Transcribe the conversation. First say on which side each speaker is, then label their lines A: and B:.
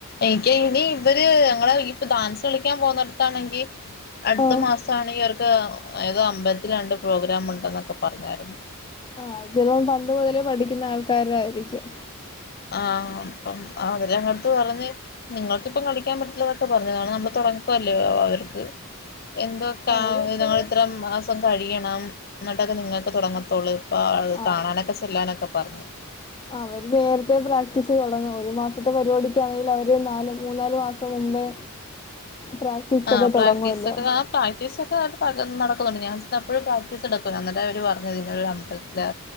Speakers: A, on the left; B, on the left.
A: എനിക്ക് ഇനി ഇവര് ഞങ്ങളെ ഇപ്പൊ ഡാൻസളിക്കാൻ പോന്നടത്താണെങ്കി അടുത്തമാസാണെങ്കി
B: ആഹ്
A: ഇവർക്ക് ഏതോ അമ്പത്തിൽ രണ്ട് പ്രോഗ്രാമുണ്ടെന്നൊക്കെ പറഞ്ഞായിരുന്നു
B: ആഹ് ചെലപ പണ്ട് മുതലേ പഠിക്കുന്ന ആൾക്കാരായിരിക്കും
A: ആഹ് അപ്പം അവര് അങ്ങട്ട്പറഞ്ഞ് നിങ്ങൾക്കിപ്പം കളിക്കാൻ പറ്റില്ലതൊക്കെ പറഞ്ഞതാണ് നമ്മള് തുടങ്ങക്കല്ലേ അവർക്ക് എന്തോ കാ
B: അവരെപ്പഴേ
A: നിങ്ങളത്ര മാസം കഴിയണം എന്നിട്ടൊക്കെ നിങ്ങക്ക് തെടങ്ങത്തുള്ളൂ പ്പോ അഹ്
B: ആഹ്
A: കാണാനൊക്കെ ചെല്ലാനൊക്കെ പറഞ്ഞു
B: അവര് നേരത്തെ പ്രാക്ടീസ് തെടങ്ങു ഒരു മാസത്തെ പരിപാടിക്കണെങ്കിലു അവര് നാല് മൂന്നാല് മാസം പ്പോ മുമ്പേ പ്രാക്ടീസൊക്കെ
A: ആഹ്
B: തൊടങ്ങുവല്ലോ
A: പ്രാക്ടീസൊക്കെ ആ നടക്കുന്നുണ്ട് ഞാൻ ചെന്നപ്പോഴും പ്രാക്ടീസടുക്കും എന്നവര് പറഞ്ഞ അമ്പത്തില്